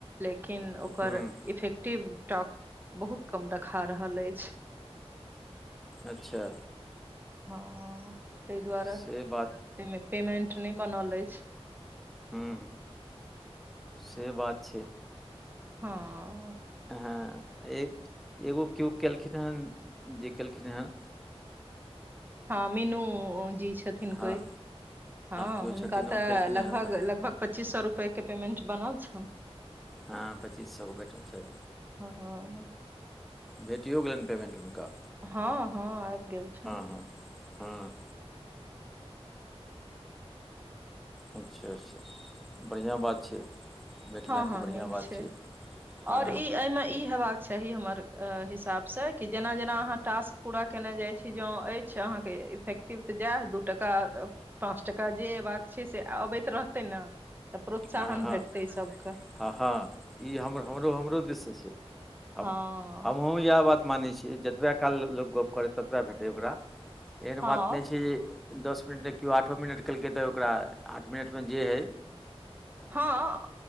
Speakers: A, on the right (about 20°); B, in the centre.
A: लेकिन ओकर
B: हुँ
A: इफेक्टिव टॉक बहुत कम देखा रहल ऐछ।
B: अच्छा
A: हऽ तैय दुआर
B: से
A: <inaudible> ओइ
B: बात
A: में पेमेंट नै बनल ऐछ
B: हू <inaudible> से बात छै।
A: हऽ
B: हँ ए एगो केओ केलखिन हँ जे केलखिन हँ
A: हँ मीनू जी छथिन
B: हँ
A: कोई हँ
B: केओ
A: हुनका
B: छथिन ओ
A: तऽ
B: केलखिन
A: लगभग
B: हन हुनका
A: लगभग पच्चीस सौ रुपैया केँ पेमेंट बनल छन
B: हँ पच्चीस सौ केँ भेठल छैन।
A: <unintelligible>
B: भेटियो गेलन पेमेन्ट हुनका
A: हऽ हऽ आइब गेल छन
B: <unintelligible> हँ अच्छा अच्छा बड़ियाँ बात छै भेटलनि
A: हऽ
B: तऽ
A: हऽ
B: बढ़िआँ
A: नीक
B: बात
A: छै <inaudible>
B: हँ
A: और ई यै में ई हेबाक सही हमर हिसाब स कि जेना जेना अहाँ टास्क पूरा केने जाइ छी जों ऐछ अहाँकेँ इफेक्ट टीव जा दू टाका पाँच टाका जे ऐबाक छै से अबैत रहतै न तऽ प्रोत्साहन
B: हँ हँ
A: भेटतै सभ
B: हँ हँ ई हमर हमरो हमरो दिस स छै हम
A: हँ
B: हमहुँ यैह बात मानै छियै जतबै काल लोक गप करे ततबा भेटे ओकरा एहन
A: हँ
B: बात नै छै जे दस मिनट नै केओ आठो मिनट केलकै तऽ ओकरा आठ मिनट में जे है
A: हँ